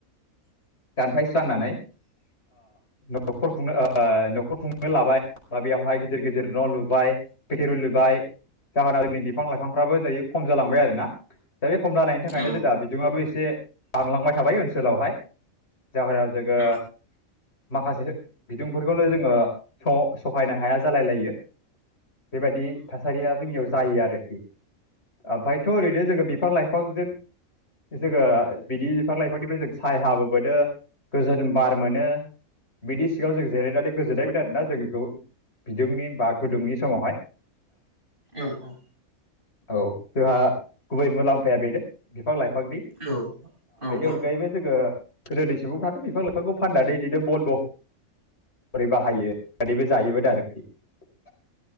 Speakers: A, on the left; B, on the right.
A: दानफायस्रांनानै न'खर खुंनो न'खर खुंनो लाबाय बा बेवहाय गिदिर गिदिर न' लुब <unintelligible> जाहोना दिनै बिफां लाइफांफ्राबो होनजायो खम जालांबाय आरोना दा बे खम जानायनि थाखायनो
B: औ औ
A: जों दा बिदुङाबो एसे बांलांबाय थाबाय ओनसोलावहाय जाहरायाव जोङो
B: औ
A: माखासे बिदुंफोरखौनो जोङो सहायनो हाया जालाय लायो। बेबायदि थासारिया जोंनियाव जायो आरो। <inaudible> ओमफ्रायथ' ओरैनो जों बिफां-लाइफां बिफांजों जोङो बिदि बिफां लाइफांनिफ्राय जों सायाबो मोनो गोजोन बार मोनो बिदि सिगाङाव जों जिरायनानै गोजोननाय मोनदों आरोना जों बिदुंनि बाग गुदुंनि समावहाय।
B: औ औ।
A: औ जोंहा गुबै मुलाम्फाया बेनो बिफां-लाइफां बेनि
B: औ औ
A: अनगायैबो
B: औ
A: जोङो गोदोनि सुबुंफ्राथ' बिफां लाइफांखौ फाननानै बिदिनो बन महरै बाहायो नानैबो जायोमोन आरोखि। <unintelligible>